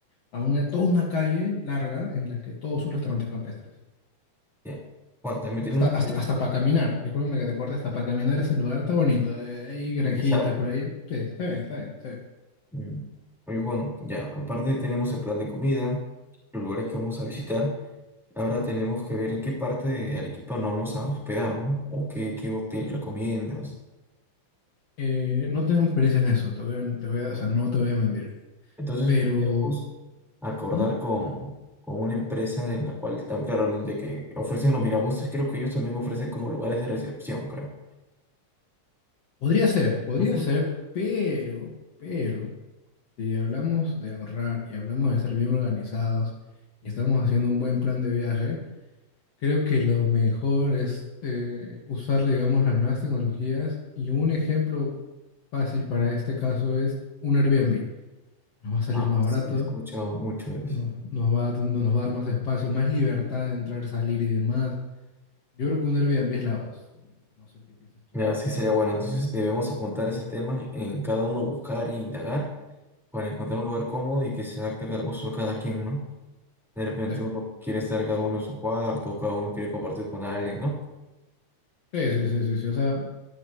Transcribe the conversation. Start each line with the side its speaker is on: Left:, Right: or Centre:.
Left: a una, toda una calle larga en la que todos son restaurantes campestres.
Centre: Ya. Juan, también tenemos
Left: Hasta, hasta,
Centre: que ver
Left: hasta para caminar, discúlpame que te corte, hasta para caminar ese lugar está bonito. eh, hay granjitas
Centre: qué sabe.
Left: por ahí. Sí, está bien, está bien, sí.
Centre: Mm. Oye, Juan, ya. Aparte tenemos el plan de comida, los lugares que vamos a visitar. Ahora tenemos que ver en qué parte de Arequipa nos vamos a hospedar, ¿no? O qué, qué hotel recomiendas.
Left: Eh, no tengo experiencia en eso, te voy a- te voy a- o sea, no te voy a mentir,
Centre: Entonces
Left: pero
Centre: podríamos acordar
Left: ¿Mm?
Centre: con, con una empresa de la cual, tam- claro, de que ofrecen los mirabuses, creo que ellos también ofrecen como lugares de recepción, creo.
Left: podría ser, podría
Centre: Ujú.
Left: ser, pero, pero, si hablamos de ahorrar y hablamos de estar bien organizados y estamos haciendo un buen plan de viaje, creo que lo mejor es eh, usar, digamos, las nuevas tecnologías y un ejemplo fácil para este caso es un Airbnb. Nos va a salir
Centre: Ah,
Left: más barato,
Centre: sí, he escuchado mucho de
Left: nos,
Centre: eso.
Left: nos va, a- nos va a dar más espacio, más libertad de entrar, salir y demás. Yo creo que un Airbnb es la voz. No sé qué piensas tú.
Centre: Ya, sí sería bueno. Entonces debemos apuntar ese tema en cada uno buscar e indagar para encontrar un lugar cómodo y que se adapte al gusto de cada quien, ¿no? De repente
Left: Sí,
Centre: uno quiere estar cada uno en su cuarto o cada uno quiere compartir con alguien, ¿no?
Left: sí, sí, sí, sí. sí. O sea,